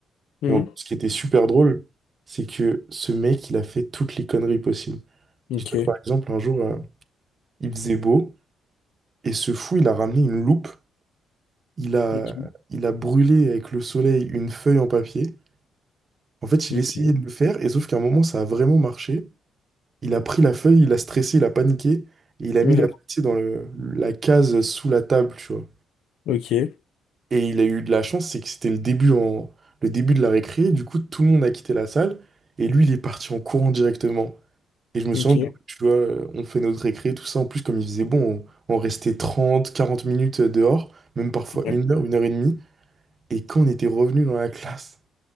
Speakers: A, on the left; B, on the right.
A: Mhm.
B: Et en gros, ce qui était super drôle, c'est que ce mec, il a fait toutes les conneries possibles.
A: Ok.
B: Dis-toi que, par exemple, un jour, euh, il faisait beau, et ce fou, il a ramené une loupe, il a,
A: Ok.
B: il a brûlé avec le soleil une feuille en papier. En fait, il
A: Ok.
B: essayait de le faire, et sauf qu'à un moment, ça a vraiment marché. Il a pris la feuille, il a stressé, il a paniqué, et il a
A: Ouais,
B: mis la feuille, tu sais, dans le- la case sous la table, tu vois.
A: Ok,
B: Et il a eu de la chance, c'est que c'était le début, en, le début de la récré, du coup, tout le monde a quitté la salle, et lui, il est parti en courant directement. Et je me souviens,
A: ok.
B: du coup, tu vois, euh, on fait notre récré, tout ça. En plus, comme il faisait bon, on, on restait 30 40 minutes euh, dehors, même parfois
A: ouais.
B: une heure, une heure et demie. Et quand on était revenu dans la classe,